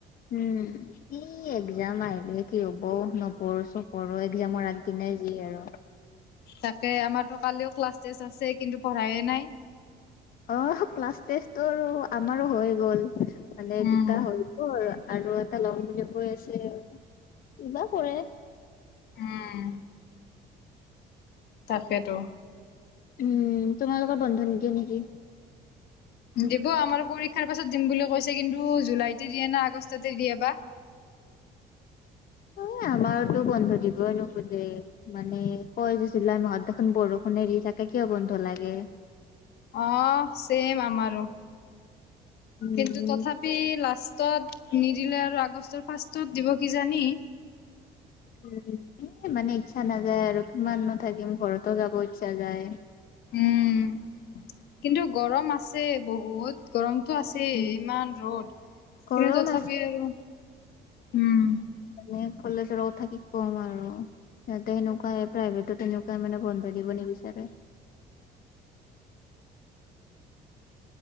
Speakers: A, on the left; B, on the left.
A: উম, ই এক্জাম আহিলে কি হ'ব, নপঢ়ো চো পঢ়ো এক্জামৰ আগদিনাই যি আৰু।
B: তাকে আমাৰতো কালিও ক্লাছ টেষ্ট আছে কিন্তু পঢ়ায়ে নাই।
A: অ ক্লাছ টেষ্টটো আমাৰো হৈ গ'ল। মানে
B: উম
A: দুটা হয় গ'ল আৰু এ এটা লম বুলি কৈ আছে আৰু কিবা কৰে।
B: উম, তাকেইেতো।
A: উম, তোমালোকৰ বন্ধ নিদিয়ে নেকি।
B: দিব আমাৰ পৰীক্ষাৰ পাছত দিম বুলি কৈছে কিন্তু জুলাইতে দিয়ে না আগষ্টতে দিয়ে বা।
A: অ, আমাৰতো বন্ধ দিবই নোখোজে। মানে কয় যেছিলুলাই মাহত দেখোন বৰষুণ এৰি থাকে কিয় বন্ধ লাগে।
B: অ, চম আমাৰো
A: উম
B: কিন্তু তথাপি লাষ্ট নিদিলে আৰু আগষ্টৰ ফাৰ্ষ্ত দিব কি জানি।
A: উ, এ মানে ইচ্ছা নাযায় আৰু কিমানো‌ থাকিম ঘৰতো যাব ইচ্ছা যায়।
B: উম, কিন্তু গৰম আছে বহুত। গৰমতটো আছেই
A: উম।
B: ইমান ৰ'দ কিন্তু
A: গৰম
B: তথাপি
A: আছে
B: আৰু। উম।
A: মানে কলেজৰ কথা কি কম আৰু। তে তেনেুৱাই প্ৰাইভেটত তেনেকুৱাই মানে বন্ধাই দিব নিবিচাৰে।